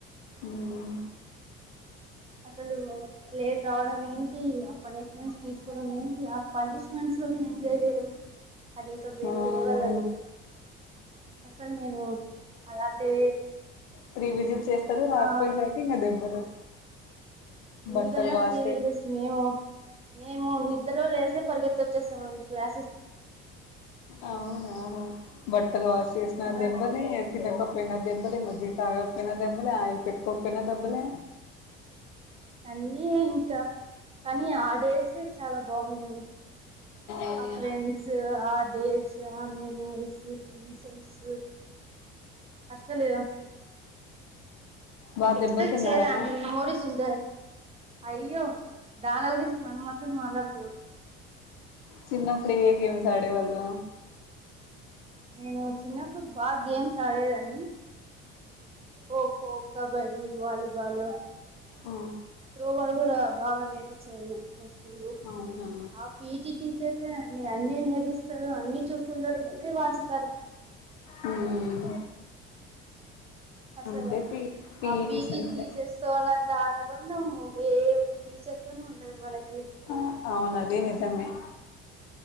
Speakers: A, on the left (about 75°); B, on the right (about 20°).
A: మ్మ్
B: అసలు లేట్ రావడం ఏంటి ఆ పనిష్మెంట్స్ తీసుకోవడం ఏంటి ఆ పనిష్ మస్ లోనే ఎంజాయ్ చేయడం అది ఇంకా వేరే
A: అవును
B: లెవాలని అసలు నేను అలాంటి
A: ప్రీ విజులు చేస్తారు రాకపోయేసారికి
B: ఆ
A: ఇంకా దెబ్బలు
B: మీకన్నా
A: బట్టలు వాష్
B: త్రీ
A: చే
B: వీల్స్ మేము మేము నిద్రలో లేసే వచ్చేాండిలా
A: అవునుహ బట్టలు వాసస్తునా
B: ఆ
A: దెబ్బని తినకప్పు క్కనా దబ్బలే మీకి తాగక్కనా దబ్బలే ఆయ పిట్ట ఒకక్కనా దబ్బలే
B: కాన్న ఇంకా కానీ ఆ డేస్ చాలా బాగుండేది
A: అవును
B: ఆ ఫ్రెండ్స్ ఆ డేస్ ఆ మెమోరీస్ టీచర్స్ అసలు
A: బా
B: ఇంత
A: దెబ్బలు తిన్నారా
B: చేేదా నిను మోడి సున్ అయ్యో దాన గురించి మనుమ స మళ్ళగ
A: చిన్న పడ ఏ గ సాడే వాళు
B: నేను చిన్నప్పుడు బాగా గేమ్స్ ఆడేదాన్ని ఖోఖో కబడ్డీ వాలీబాల్
A: ఆ
B: త్రోబాల్ కూడా బాగా నేర్పించేవారు స్కూల్
A: అవునా
B: ఆ పిటి టీచర్ అన్న నేర్పిస్త అన్ని చూసుకుంటారు ఎళ్ళే వాంచుతారు
A: మ్మ్
B: అసలు
A: అంతే పి పిఈటిస్
B: ఆ పీటి
A: అంతే
B: తీసస్తస్తున్న దానుబ అన్నా ఏ ఒ టీచర్ తోనే ఉండదు మనకి
A: ఆ, అవును అది నిజమే